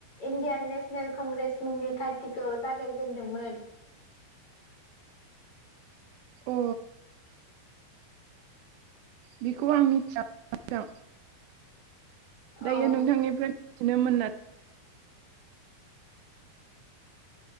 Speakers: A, on the left; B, on the right.
A: इण्डियान नेशनेल कंग्रेस मुंनि पार्टिखौ जागायजेनदोंमोन।
B: अ बेखौ आं मिथिया <inaudible> दायो
A: अ
B: नोंथांनिफ्राय <unintelligible>